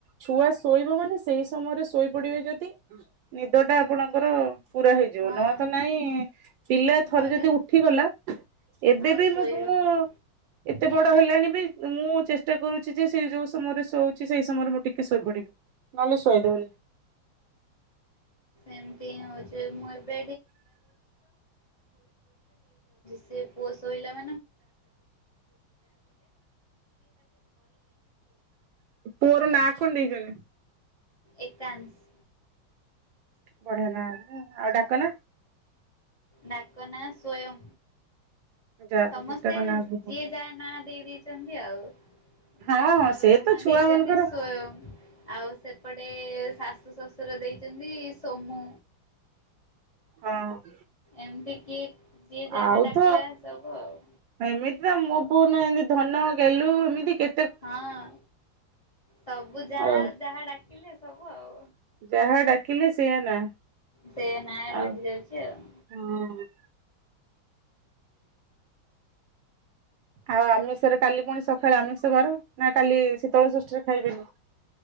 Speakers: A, on the right (about 75°); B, on the left (about 40°).
A: ଛୁଆ ଶୋଇବ ମାନେ ସେଇ ସମୟରେ ଶୋଇ ପଡିବେ ଯଦି ନିଦ ଟା ଆପଣଙ୍କର ପୁରା ହେଇଯିବ
B: ହଁ
A: ନ ତ ନାଇଁ ପିଲା
B: ନହେଲେ
A: ଥରେ ଯଦି ଉଠିଗଲା ଏବେ
B: ଆଉ
A: ବି ମୁଁ
B: ଶୋଇ
A: ପୁଅ
B: ହଉନି
A: ଏତେ ବଡ ହେଲାଣି ବି ମୁଁ ଚେଷ୍ଟା ଚେଷ୍ଟ କରୁଛି ଯେ ସେ ଯୋଉ ସମୟରେ ଶଉଛି ସେଇ ସମୟରେ ମୁଁ ଟିକେ ଶୋଇ ପଡିବି ।ନହେଲେ ଶୋଇ ଦଉନି।
B: ଏମିତି ହିଁ ହୋଉଛି ମୁଁ ଏବେ ସେ ପୁଅ ଭରିଲେ
A: ପୁଅର ନାଁ କଣ ଦେଇଛନ୍ତି?
B: ଏକାଂଶ୍।
A: ବଢିଆ ନାଁ ଟା ଆଉ ଡାକ ନାଁ?
B: ଡାକ ନାଁ ସ୍ଵୟଂ।
A: ଯାହା ହଉ
B: ସମସ୍ତେ
A: ଦିଟାକ ନାଁ ବହୁତ।
B: ଯିଏ ଯା ନାଁ ଦେଇ ଦେଇ ସେମିତି ଆଉ।
A: ହଁ
B: ମୋ
A: ହଁ
B: ବାବା
A: ସେ
B: ମାମା
A: ତ ଛୁଆ
B: ଦେଇଛନ୍ତି
A: ମାନଙ୍କର
B: ସ୍ଵୟଂ। ଆଉ ସେପଟେ ଶାଶୁ ଶଶୁର ଦେଇଛନ୍ତି ସୋମୁ।
A: ହଁ।
B: ଏମିତି କି ଯିଏ ଯାହା
A: ଆଉ
B: ଡାକିଲା
A: ତ
B: ସବୁ ଆଉ।
A: ଏମିତି ମୋ ପୁଅ ନା ଧନ ଗେଲୁ ଏମିତି କେ
B: ହଁ ସବୁ ଯାହା
A: ଆଉ
B: ଯାହା ଡାକିଲେ ସବୁ ଆଉ।
A: ଯାହା ଡାକିଲେ ସେଇଆ ନା
B: ସେ ନାଁ ରହିଯାଉଛି
A: ଆଉ
B: ଆଉ।
A: ହଁ। ଆଉ ଆମିଷରେ କାଲି ପୁଣି ସଖାଳେ ଆମିଷ ବାର ନା କାଲି ଶୀତଳ ଷଷ୍ଠିରେ ଖାଇବେନି।